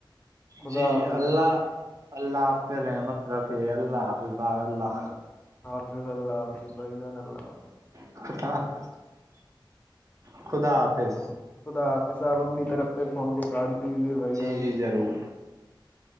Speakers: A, on the left; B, on the right.
A: خدا
B: جی
A: حافظ
B: اللہ اللہ آپ پہ رحمت رکے اللہ اللہ اللہ
A: الله حافظ بھائی جان الله حافظ
B: ک <unintelligible> خدا حافظ
A: خدا حافظاب اپنی طرف پہ فون کو کاٹ دیجیئے بھائی
B: جی
A: جان
B: جی ضرور